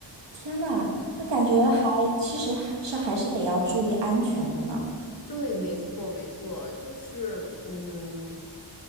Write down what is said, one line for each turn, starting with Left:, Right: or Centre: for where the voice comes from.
Right: 天呐，那感觉还其实还是还是得要注意安全的呢。
Left: 是。对，没错，没错，就是嗯，